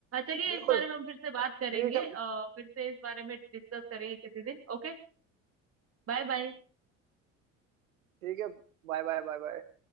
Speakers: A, on the right (about 35°); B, on the right (about 80°).
A: चलिए
B: बिल्कुल
A: इस बारे में हम फिर से बात करेंगे
B: फ्रीडम
A: अ, फिर से इस बारे में डिस्कस करेंगे किसी दिन ओके Bye bye
B: ठीक है Bye bye bye bye